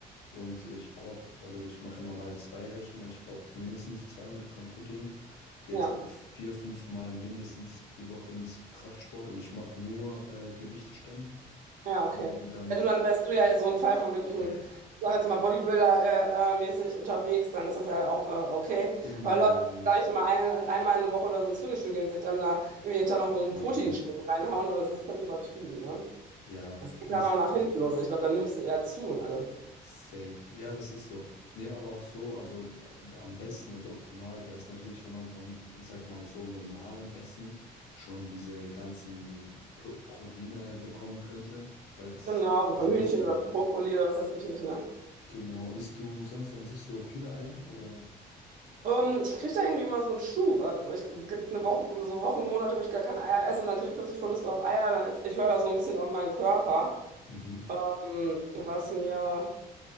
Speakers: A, on the left; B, on the right.
A: Und ich brauche, also ich mache immer mal zwei Rechnungen. Ich brauche mindestens 200 Gramm Protein. Gehe
B: Ja.
A: jetzt auch vier, fünf Mal mindestens die Woche ins Kraftsport und ich mache nur äh, Gewichte stemmen.
B: Ja, okay.
A: Ja, und dann,
B: Ja, du, dann wärst du ja so ein Fall von wirklichem,
A: ja,
B: ich sag jetzt mal Bodybuilder-mäßig unterwegs, dann ist das ja auch äh, okay.
A: genau,
B: Aber Leute,
A: ja.
B: die gleich mal eine, einmal in der Woche oder so ins Fitnessstudio gehen, und sich dann da irgendwie jeden Tag noch so einen
A: Nee.
B: Proteinshake reinhauen, oder das ist völlig übertrieben, ne?
A: Ja,
B: Das geht
A: und
B: dann
A: es
B: auch nach hinten los. Ich glaube, dann nimmst du eher zu und alles.
A: Safe. Ja, das ist so. Nee, aber auch so, also äh, am besten, also optimal wäre es natürlich, wenn man von, ich sag mal, so normalem Essen schon diese ganzen Pro Proteine bekommen könnte, weil das
B: Genau, so
A: der gesündeste
B: von Hühnchen oder
A: Weg
B: Brokkoli
A: ist.
B: oder was weiß ich nicht, ne?
A: Genau. Isst du sonst an sich so viele Eier oder?
B: Ähm, ich kriege da irgendwie immer so einen Schub. ab. Also ich, es gibt eine Woche, so Wochen, Monate, wo ich gar keine Eier esse und dann kriege ich plötzlich voll Lust auf Eier. Dann esse ich, ich höre da so ein bisschen auf meinen Körper.
A: Mhm.
B: Ähm, Was mir